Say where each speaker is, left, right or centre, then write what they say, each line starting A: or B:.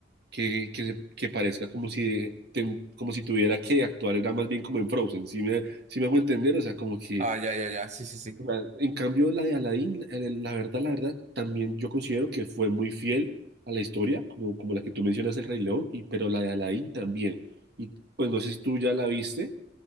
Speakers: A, on the right; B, on the right.
A: que, que, se- que parezca como si, de- ten- como si tuviera que actuar, era más bien como en Frozen, si me, si me hago entender? O sea, como que,
B: Ah, ya, ya, ya. Sí, sí, sí.
A: o sea, en cambio la de Aladdin, la la verdad, la verdad, también yo considero que fue muy fiel a la historia, como, como la que tú mencionas, El Rey León, y, pero la de Aladdin también. Y pues no sé si tú ya la viste,